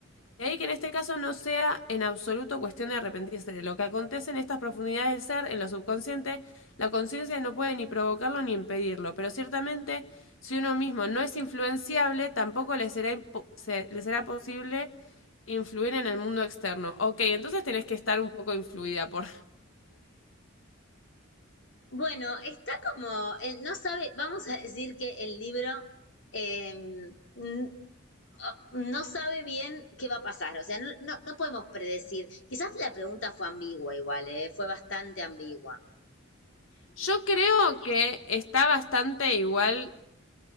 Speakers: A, on the left; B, on the left.
A: De ahí que en este caso no sea en absoluto cuestión de arrepentirse. de Lo que acontece en estas profundidades del ser, en lo subconsciente, la conciencia no puede ni provocarlo ni impedirlo, pero ciertamente si uno mismo no es influenciable, tampoco le será, se- le será posible influir en el mundo externo. Ok, entonces tenés que estar un poco influida por...
B: Bueno, está como, eh, no sabe, vamos a decir que el libro eh, n- no sabe bien qué va a pasar, o sea, no, no, no podemos predecir. Quizás la pregunta fue ambigua igual, eh, fue bastante ambigua.
A: <laughs> Yo creo que está bastante igual...